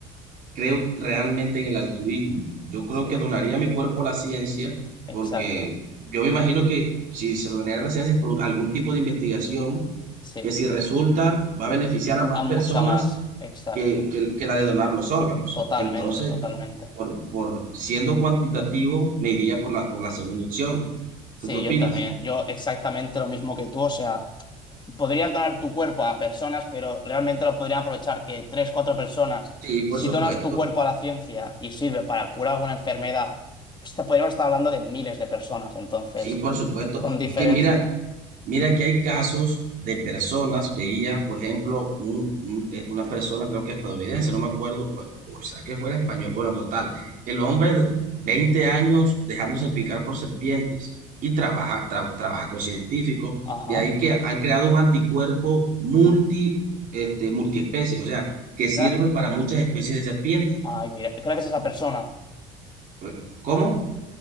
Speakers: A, on the right; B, on the left.
A: creo realmente en el altruismo. Yo creo
B: Sí,
A: que donaría mi cuerpo a la ciencia
B: exacto.
A: porque yo me imagino que si se lo donaría a la ciencia es por algún tipo de investigación
B: Sí.
A: que si resulta va a beneficiar a más
B: A mucha
A: personas
B: más, exacto.
A: que, que- que la de donar los órganos.
B: Totalmente,
A: Entonces,
B: totalmente.
A: por, por siendo cuantitativo, me iría por la, por la segunda opción.
B: Sí,
A: ¿Tú qué opinas?
B: yo también. Yo exactamente lo mismo que tú. O sea, podrías donar tu cuerpo a personas, pero realmente lo podrían aprovechar que tres, cuatro personas.
A: Sí, por
B: Si
A: supuesto.
B: donas tu cuerpo a la ciencia y sirve para curar alguna enfermedad, pues te podríamos estar hablando de miles de personas, entonces.
A: Sí, por supuesto.
B: Con diferencia.
A: Es que mira, Mira que hay casos de personas, veía, por ejemplo, un- un, eh, una persona, creo que estadounidense, no me acuerdo, o, o sea, que fuera español, bueno, total, el hombre, de 20 años dejándose picar por serpientes y trabaja, tra- trabaja con científicos,
B: Ajá.
A: de ahí que han creado un anticuerpo multi, este, multiespecie, o sea, que sirve
B: Gra-
A: para muchas especies de serpientes.
B: Ay, mira, gracias a esa persona.
A: Pues, ¿Cómo?